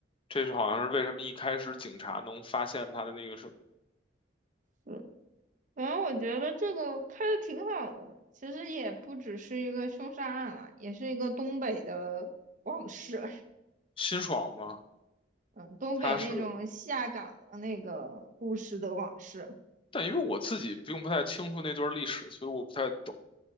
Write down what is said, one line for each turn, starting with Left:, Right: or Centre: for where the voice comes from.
Left: 这是好像是为什么一开始警察能发现她的那个什么
Right: 对，然后我觉得这个拍的挺好的，其实也不只是一个凶杀案了，也是一个东北的往事，
Left: 辛爽嘛，
Right: 嗯，东北那种下岗的那个故事的往事，
Left: 她是，但因为我自己并不太清楚那段历史，所以我不太懂。